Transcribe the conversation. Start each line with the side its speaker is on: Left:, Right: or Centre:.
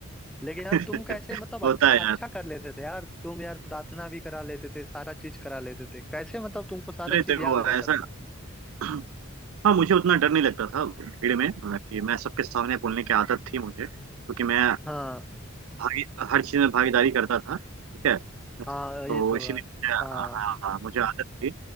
Centre: लेकिन
Right: <laughs>
Centre: यार तुम कैसे मतलब
Right: होता
Centre: अच्छा
Right: है यार
Centre: अच्छा कर लेते थे यार तुम यार प्रार्थना भी करा लेते थे सारा चीज करा लेते थे कैसे मतलब तुमको सारा
Right: अरे
Centre: चीज
Right: देखो
Centre: याद रहता
Right: ऐसा
Centre: था
Right: <clears throat> हाँ मुझे उतना डर नहीं लगता था भीड़ में कि मैं सबके सामने बोलने की आदत थी मुझे क्योंकि मैं
Centre: हाँ
Right: भागी हर चीज में भागीदारी करता था ठीक है
Centre: हाँ
Right: तो
Centre: ये तो
Right: इसीलिए
Centre: है
Right: मुझे हाँ
Centre: हाँ
Right: मुझे आदत थी